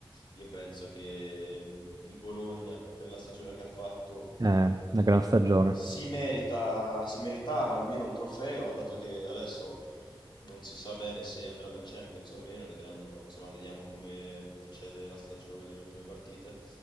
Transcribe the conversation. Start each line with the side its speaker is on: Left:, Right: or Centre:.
Left: Io penso che mh, il Bologna per la stagione che ha fatto
Right: Eh, una gran stagione.
Left: si merita, si meritava almeno un trofeo, dato che adesso non si sa bene se andranno in Champions o meno, vedranno, insomma, vediamo come procede la stagione nelle ultime partite.